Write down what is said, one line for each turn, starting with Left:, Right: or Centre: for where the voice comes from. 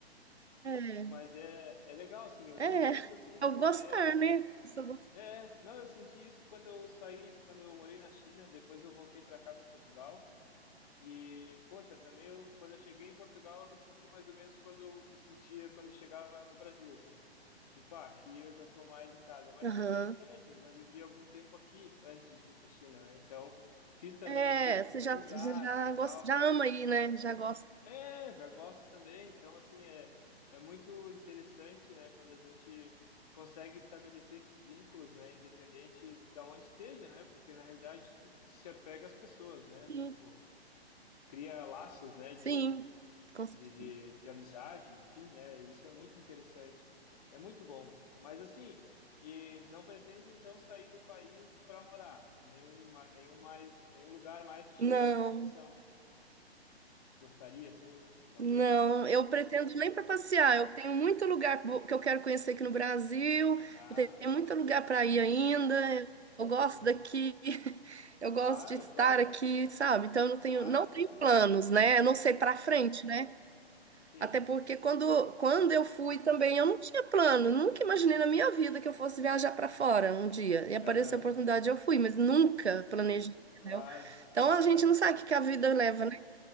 Right: É,
Left: Mas é, é legal, assim, eu
Right: é,
Left: sinto isso, assim,
Right: é o gostar,
Left: é, eu sinto
Right: né? Isso eu gosto.
Left: É, não, eu senti isso quando eu saí, quando eu morei na China, depois eu voltei para cá, para Portugal. E, poxa, também eu, quando eu cheguei em Portugal, eu me senti mais ou menos quando eu me sentia quando eu chegava no Brasil, assim. Tipo, ah, aqui eu já estou mais em casa, mas
Right: Aham.
Left: porque justamente eu já vivi algum tempo aqui antes de ir para a China, né? Então, fiz também
Right: É,
Left: um círculo
Right: você
Left: de amizades
Right: já, você já,
Left: e
Right: gosta,
Left: tal.
Right: já ama aí, né? Já gosta.
Left: É, já gosto também. Então, assim, é, é muito interessante, né, quando a gente consegue estabelecer esses vínculos, né, independente da onde esteja, né, porque na realidade tu se apega às pessoas, né,
Right: Sim,
Left: tipo, cria laços, né, de,
Right: sim. com certeza.
Left: de, de, de amizade, enfim, né, e isso é muito interessante. É muito bom. Mas, assim, e não pretende, então, sair do país para morar? Nenhum, ma- nenhum mais, nenhum lugar mais te
Right: Não.
Left: chama atenção? Gostaria, sim, talvez?
Right: Não, eu pretendo nem para passear. Eu tenho muito lugar bo- que eu quero conhecer aqui no Brasil.
Left: Ah,
Right: Eu tenho
Left: boa.
Right: muito lugar para ir ainda. Eu, eu
Left: Sim.
Right: gosto daqui. <laughs> Eu gosto
Left: Claro,
Right: de estar
Left: claro,
Right: aqui, sabe? Então eu não
Left: claro,
Right: tenho, não tenho
Left: claro.
Right: planos, né? Eu não sei para frente, né?
Left: Sim,
Right: Até porque
Left: sim.
Right: quando, quando eu fui também, eu não tinha plano. Nunca imaginei na minha vida que eu fosse viajar para fora um dia. E apareceu
Left: Aham,
Right: a oportunidade, eu fui, mas nunca planejei, entendeu?
Left: claro. Sim,
Right: Então
Left: não
Right: a gente
Left: era
Right: não
Left: um.
Right: sabe o que que a vida leva,